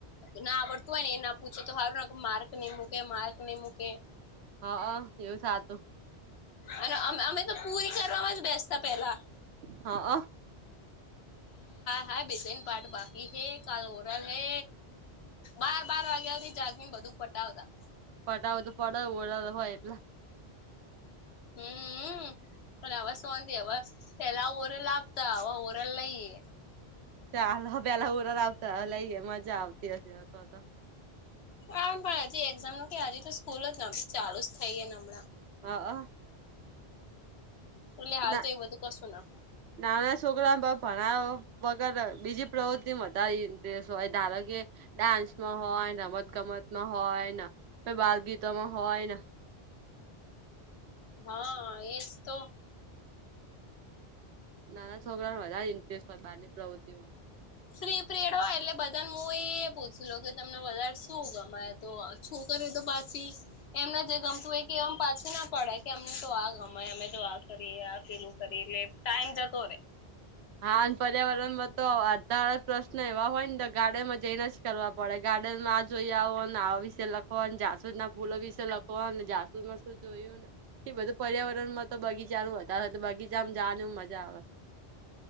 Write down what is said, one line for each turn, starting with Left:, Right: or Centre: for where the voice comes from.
Left: ના આવડતું હોય ને એ ના પૂછે તો સારું ને માર્ક નઈ મૂકે માર્ક નઈ મૂકે.
Right: હા એવું થ હતું.
Left: અને અમે તો પૂરી કરવાવામાં જ બેસતા પેલા.
Right: હા અ.
Left: હા બેસાઈને પાઠમાં. હે કાલ ઓરલ હે બાર બાર વાગ્યા સુધી જાગ બધું પટાવતા.
Right: ફટાવો તો પડઓડા હોય એટલા.
Left: હઅં. હવે શોતિહવે પેલા ઓરલ આપતા હવે ઓરલ લઈએ.
Right: ચાલો પેલા ઓરલઆવતા લઈ મજા આવતી હતી.
Left: આમ પણ હજી એક્ઝામનું કે હજી તો સ્કૂલ જ ચાલુ થઈને હમણાં.
Right: હંઅ.
Left: ઉનેહાલ
Right: ના
Left: તો એ બધું કશું ના.
Right: નાના છોકરાને ભણાવ વગર બીજી પ્રવૃતિ વધારે ઇન્ટરસ હોય ધારો કે. ડાન્સમાં હોય રમત ગમત માં હોય ને બાલગીતોમાં હોય ને.
Left: હંઅંએ જ તો.
Right: નાના છોકરાને વધારે ઇન્ટરેસ્ટ હોય બાર ની પ્રવૃત્તિઓ.
Left: ફ્રી પીરયડ હોય એટલે બધાને હું એ પૂછું કે તમને વધારે શું ગમે સ તો છોકરીઓ તો પાછી એમને જે ગમતું હોય એકેવામાપાછી ના પડે કે એમને તો આ ગમેએ અમે તો આ કરીએ આ પેલું કરી એટલે ટાઈમ જતો રે.
Right: હા અને પર્યાવરણમાં તો અઠારપ્ર. એવા હોય ને તો ગાર્ડન માં જઈને જ કરવા પડે ગાર્ડન માંઆ જોઈ આવોને આવા વિશેે લખ. જાસુદ ના ફૂલો વિશે લખોને જાસુદ માં શું જોયું ને. એ બધું પર્યાવરણ માં તો બગીચાનુંવધારે તો બગીચામાં જવા નુ મજા આવે.